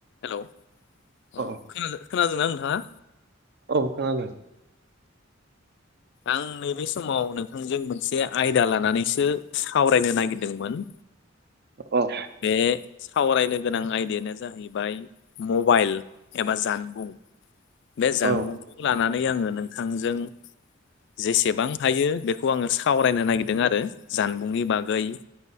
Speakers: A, on the left; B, on the right.
A: Hello अ
B: औ
A: खादों खोनादोंना नोंथाङा?
B: औ खोनादों ना?
A: आं नैबे समाव नोंथांजों मोनसे आयदा लानानैसो सावरायनो नागिरदोंमोन।
B: अ
A: बे सावरायनो गोनां आयदायानो जाहैबाय मबाइल एबा जान जानबुं बे जानबुंखौ
B: औ
A: लानानै आङो नोंथांजों। जेसेबां हायो बे खौ आङो सावरायनो नागिरदों आरो जानबुंनि बागै